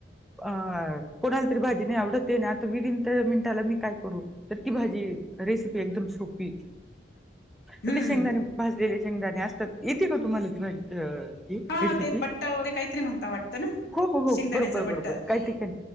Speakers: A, in the centre; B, on the left.
A: अ कोणा तरी भाजी नाही आवडतये ना आता विदिन मिनटाला मी काय करू? तर ती भाजी रेसिपी एकदम सोपी. तर
B: हम्म
A: ते शेंगदाणे भाजलेले शेंगदाणे असतात येते का तुम्हाला ती भाजी? अ ती
B: हा
A: रेसिपी
B: ते बट्ट वगैरे काहीतरी म्हणता वाटतं ना
A: हो हो हो
B: शेंगदाण्याचं
A: बरोबर बरोबर
B: बट्ट ह
A: काही ठीकण